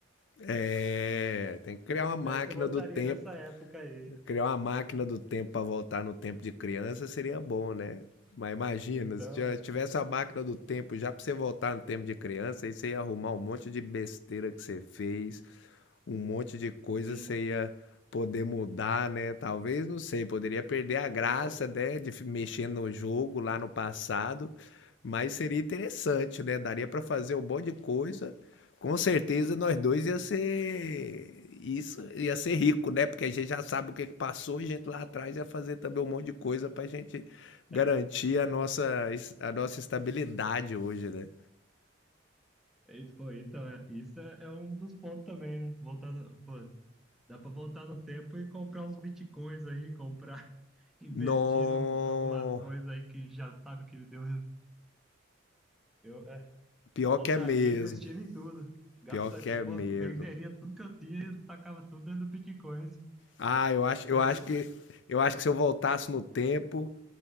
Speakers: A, on the left; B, in the centre.
A: É, tem que criar
B: eu pudesse,
A: uma máquina
B: eu voltaria
A: do tempo.
B: nessa época aí.
A: Criar uma máquina do tempo para voltar no tempo de criança seria bom, né? Mas imagina,
B: Então,
A: se já tivesse a máquina do tempo já para você voltar no tempo de criança, aí você ia arrumar um monte de besteira que você fez, um monte de coisa
B: sim.
A: você ia poder mudar, né? Talvez, não sei, poderia perder a graça,
B: O-
A: né, de fi- mexer no jogo lá no passado, mas seria interessante, né? Daria para fazer um monte de coisa com certeza nós dois ia ser isso, ia ser rico, né? Porque a gente já sabe o que que passou, e a gente lá atrás ia fazer também um monte de coisa para a gente garantir
B: é,
A: a nossa es- a nossa estabilidade hoje, né?
B: e, pô, então, é, isso é, é um dos pontos também, né? Voltar, no- pô, dá pra voltar no tempo e comprar uns bitcoins aí, comprar, <laughs> investir
A: No,
B: num- em algumas coisas aí que já sabe que deu. res- Eu, é,
A: pior
B: voltaria
A: que é mesmo,
B: investindo em tudo. Gasta,
A: pior que é
B: pô,
A: mesmo.
B: venderia tudo que eu tinha e tacava tudo dentro do Bitcoin.
A: Ah, eu acho, eu
B: Não
A: acho
B: precisa.
A: que eu acho que se eu voltasse no tempo,